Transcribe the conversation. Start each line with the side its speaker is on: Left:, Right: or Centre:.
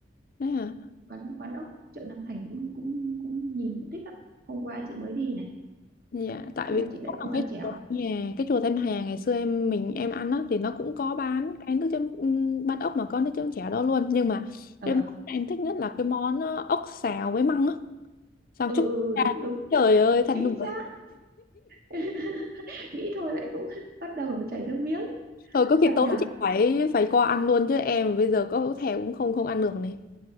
Left: đấy à
Right: quán quán ốc chợ Nam Thành cũng cũng cũng nhìn cũng thích lắm. Hôm qua chị mới đi này,
Left: dạ tại
Right: nhưng
Left: vì
Right: mà chị
Left: cái chỗ
Right: lại
Left: ở
Right: không ăn
Left: cái
Right: cháo.
Left: chùa nhà cái chùa Thanh Hà ngày xưa em mình em ăn á thì nó cũng có bán cái nước chấm ừm, bát ốc mà có nước chấm chảo đó luôn nhưng mà
Right: Ờ,
Left: cái món em thích nhất là cái món ờ, ốc xào với măng á xào
Right: ừ,
Left: chúc
Right: ừ ừ,
Left: à,
Right: đúng đúng,
Left: trời ơi thật
Right: chính
Left: nực cười.
Right: xác. <laughs> Nghĩ thôi lại cũng <laughs> bắt đầu chảy nước miếng.
Left: thôi có khi
Right: Thật
Left: tối
Right: nhở?
Left: chị phải phải qua ăn luôn chứ em bây giờ có thèm cũng không không ăn được này